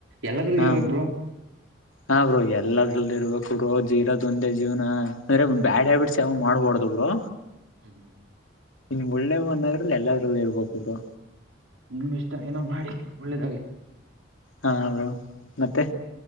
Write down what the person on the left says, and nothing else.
ಹ
ಹಾ ಬ್ರೋ ಎಲ್ಲದ್ರಲ್ಲಿ ಇರ್ಬೇಕೂ ಬ್ರೋ ಜೀರಾ ದೊಂದೆ ಜೀವನ ಅಂದ್ರೆ ಬ್ಯಾಡ್ ಹ್ಯಾಬಿಟ್ಸ್ ಯಾವ ಮಾಡ್ಬಾರದು ಬ್ರೋ
ನಿನ್ ಒಳ್ಳೇ ಅನ್ನದ್ರಲ್ಲಿ ಎಲ್ಲದ್ರಲ್ಲಿ ಇರ್ಬೇಕು ಬ್ರೋ
ಹಾ ಮತ್ತೆ